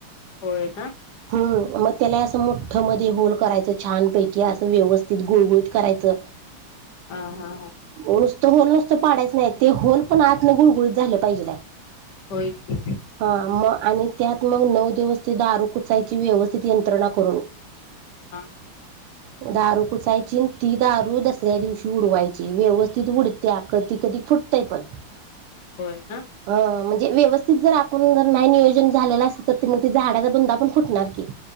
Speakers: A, on the left (about 60°); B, on the right (about 85°).
A: होय ना,
B: हूं मग त्याला असं मोठ ठं मध्ये होल करायचं छानपैकी असं व्यवस्थित गुळगुळीत करायचं
A: हां-हां- हां.
B: नुसतं होल नुसतं पाडायच नाही, ते होल पण आतनं गुळगुळीत झालं पाहिजेलाय.
A: होय की.
B: हा मग आणि त्यात मग नऊ दिवस ते दारू कुचायची व्यवस्थित यंत्रणा करून,
A: हां
B: दारू कुचायचीन, ती दारू दसऱ्या दिवशी उडवायची व्यवस्थित उड, त्या कधी कधी फुटतयं पण,
A: होय ना.
B: अ म्हणजे व्यवस्थित जर आपण जर नाही नियोजन झालेलं असेल तर, ते मग ते झाडाचा बुंदा पण फुटणार की,